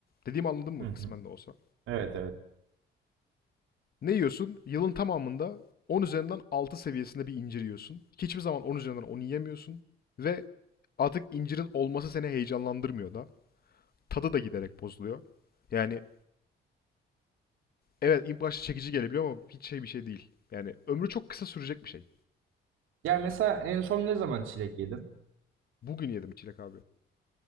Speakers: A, on the left (about 50°); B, on the right (about 85°).
A: Dediğimi anladın mı
B: Hı hı.
A: kısmen de olsa?
B: Evet evet.
A: Ne yiyorsun? Yılın tamamında 10 üzerinden 6 seviyesinde bir incir yiyorsun. Hiçbir zaman 10 üzerinden 10 yiyemiyorsun. Ve artık incirin olması seni heyecanlandırmıyor da. Tadı da giderek bozuluyor. Yani evet ilk başta çekici gelebiliyor ama hiç şey bir şey değil. Yani ömrü çok kısa sürecek bir şey.
B: Ya mesela en son ne zaman çilek yedin?
A: Bugün yedim çilek abi.